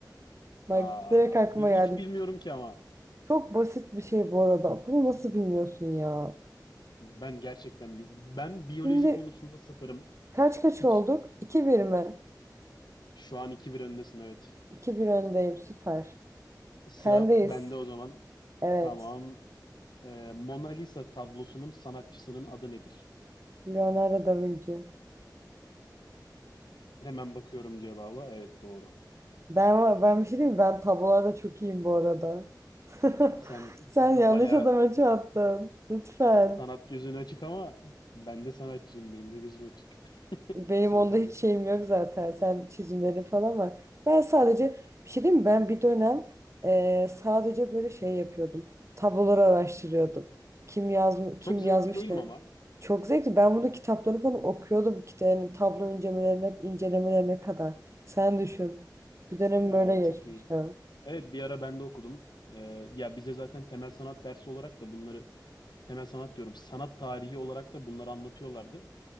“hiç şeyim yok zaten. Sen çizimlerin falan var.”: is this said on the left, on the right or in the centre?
Right